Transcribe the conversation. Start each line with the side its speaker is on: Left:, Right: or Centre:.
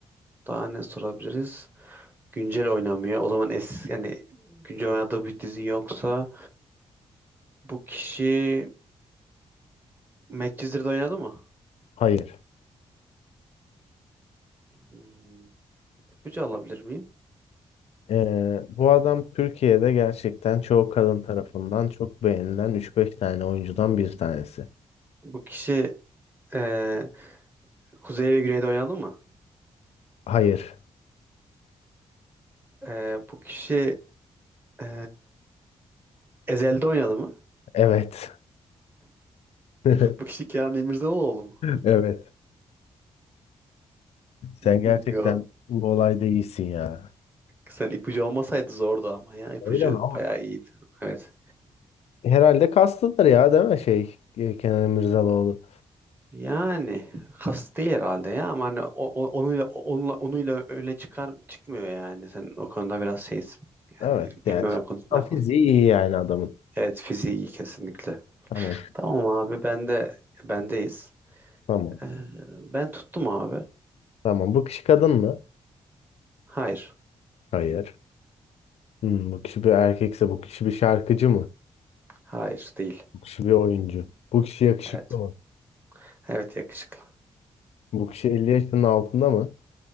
Right: daha ne sorabiliriz? Güncel oynamıyor. O zaman es yani güncel oynadığı bir dizi yoksa bu kişi Medcezir'de oynadı mı?
Left: Hayır.
Right: Hmm, ipucu alabilir miyim?
Left: Ee, bu adam Türkiye'de gerçekten çoğu kadın tarafından çok beğenilen üç beş tane oyuncudan bir tanesi.
Right: Bu kişi e, Kuzey ve Güney'de oynadı mı?
Left: Hayır.
Right: E, bu kişi e, Ezel'de oynadı mı?
Left: Evet. <laughs>
Right: Bu kişi Kenan İmirzalıoğlu mu?
Left: Evet. Sen gerçekten
Right: Bingo.
Left: bu olayda iyisin ya.
Right: Sen ipucu olmasaydı zordu ama ya. ipucu
Left: Öyle mi? Ama
Right: bayağı iyiydi. Evet.
Left: herhalde kastıdır ya değil mi şey e, Kenan Emirzalıoğlu.
Right: Yani kast değil herhalde ya ama hani o- o- onuyla onunla onuyla öne çıkar çıkmıyor yani. Sen o konuda biraz şeysin. Yani
Left: Evet yani
Right: bilmeme konusunda
Left: tam
Right: haklısın.
Left: fiziği iyi yani adamın.
Right: Evet fiziği kesinlikle.
Left: Tamam.
Right: Tamam abi ben de bendeyiz.
Left: Tamam.
Right: Ee, ben tuttum abi.
Left: Tamam. Bu kişi kadın mı?
Right: Hayır.
Left: Hayır. Hmm, bu kişi bir erkekse bu kişi bir şarkıcı mı?
Right: Hayır değil.
Left: Bu kişi bir oyuncu. Bu kişi yakışıklı
Right: Evet.
Left: mı?
Right: Evet yakışıklı.
Left: Bu kişi 50 yaşının altında mı?